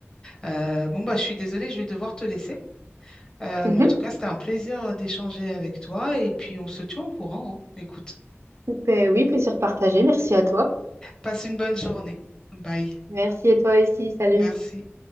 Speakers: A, on the left; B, on the right.
A: Euh, bon, bah, je suis désolée, je vais devoir te laisser. Euh,
B: <laughs>
A: mais en tout cas, c'était un plaisir euh, d'échanger avec toi et puis on se tient au courant, hein. Écoute,
B: Ben oui, plaisir partagé. Merci à toi.
A: passe une bonne journée. Bye.
B: Merci à toi aussi. Salut.
A: Merci.